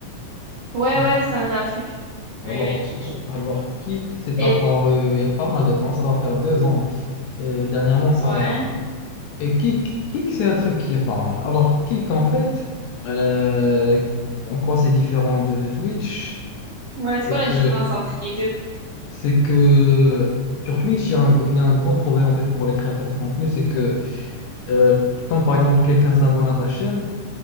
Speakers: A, on the right (about 65°); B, on the left (about 75°).
A: Ouais,
B: Non.
A: ouais, ça me dit un truc.
B: Alors,
A: Oui, oui, kick.
B: alors Kick, c'est
A: Et
B: apparu il y a pas mal de temps, ça doit faire deux ans. Et dernièrement, ça,
A: ouais.
B: Et kick, kick, c'est un truc qui est par moi. Alors, kick, en fait, euh, en quoi c'est différent de, de Twitch?
A: Ouais, c'est
B: C'est
A: quoi la
B: que,
A: différence entre les deux?
B: c'est que sur Twitch, il y a un, gr- il y a un gros problème en fait pour les créateurs de contenu. C'est que euh, quand par exemple quelqu'un s'abonne à ta chaîne,